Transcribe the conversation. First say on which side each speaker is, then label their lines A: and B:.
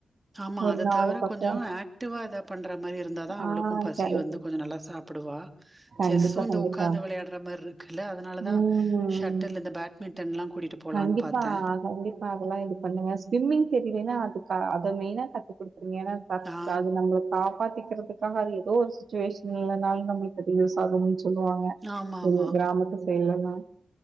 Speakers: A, on the right; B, on the right.
A: ஆமா
B: ஒரு
A: அத
B: நாலு
A: தவர
B: பக்கோ
A: கொஞ் ஞ்சோ ஆக்டிவா எதா பண்ற மாதிரி இருந்தா தா
B: ஆ
A: அவளுக்கு பசி
B: கரெக்ட்
A: வந்து கொஞ்சோ நல்லா சாப்பிடுவா
B: கண்டிப்பா
A: செஸ் வந்து
B: கண்டிப்பா
A: ஊக்காந்து வெளையா ட்ற மாரி இருக்குல்ல அதனாலதான்
B: ம்
A: ஷட்டில் இந்த பேட்மிண்டன்ல்லா கூட்டிட்டு போலான்னு
B: கண்டிப்பா
A: பாத்தே
B: கண்டிப்பா அதெல்லா இது பண்ணுங்க ஸ்விம்மிங் தெரியலேன்னா அது அத மெயினா கத்துக்குடு எனா சத்
A: ஆ
B: அது நம்பளக் காப்பாத்திக்கிறதுக்காக அயே தோ ஒரு சுச்சுவேஷன்னில்லனாலு நம்புளுக்கு அது யூஸ் ஆகும்ச்சு சொல்லுவாங்க
A: ஆமா
B: எ
A: ஆமா
B: கிராமத்து சைல்லலா